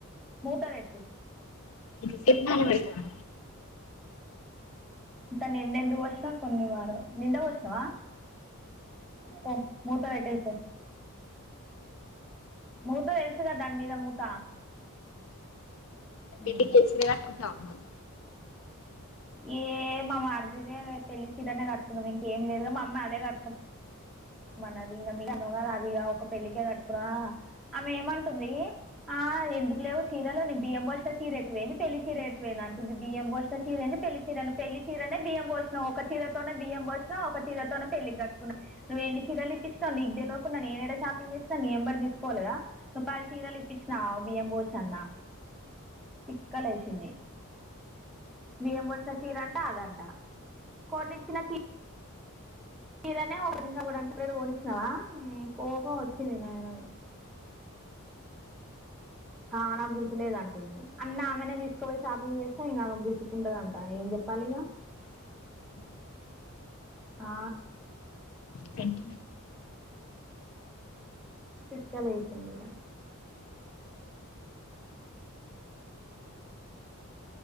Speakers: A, in the centre; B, on the left (about 65°).
A: మూత పెట్టు
B: ఎంతసేపు నాన పెడతావా
A: ఇత నిన్నెందుకు పోసినావు కొన్ని వారం నిండ పోస్తావా పో మూత పెట్టే పో మూత వేసిన దాని మీద మూత
B: పెళ్లి
A: ఉమ్.
B: చేసి నాట్కుంటా నవ్
A: ఏ మా అడిదిదే పెళ్ళలి చీర నే కట్టుకుందాం ఇంకేం లేదు మా అమ్మ అదే కట్టుకుం మనది ఇంకా మీ <unintelligible> అది ఇగ ఒక పెళ్ళికే కట్టుకున్నా అ ఆమె ఏమంటుంది ఆ ఎందుకు లేవు చీరలో నిను బియ్యం పాస్కొచ్చే చీరేటు పోయింది పెళ్లి చీరేటు పోయింది అంటుంది బియ్యం పాస్కొచ్చే చీరేయింది పెళ్లి చీర రన్ను పెళ్లి చీరనే బియ్యం పోషణం ఒక చీరతోనే బియ్యం పోషణం ఒక చీరతోనే పెళ్లి కట్టుకున్నా నువ్వు ఎన్ని చీరలు ఇప్పిచ్చినావు నీకు తెలవకుండా నేనే ఎడ షాపింగ్ చేసి నీ ఎంబర్ తీసుకోలేదా నువ్వు పది చీరలు ఇప్పిచ్చావ్ నా బియ్యం పోషన్న తిక్కలేషది బియ్యం పోసిన చీర అంట అదంట కొన్నిచ్చిన చీ మీరనే ఒకరికప్పుడు అంత పడు కోనిచ్చినావా నీ కోపం వచ్చింది నాయన కానా గుర్తులేదుంటుంది అన్న ఆమెనే తీసుకుపోయి షాపింగ్ చేస్తా ఇంకా ఆమె గుర్తుకుంటదంట ఏం చెప్ పాలి గా
B: అ
A: ఆ
B: సెంటు
A: తిక్క లేసింది ఇగ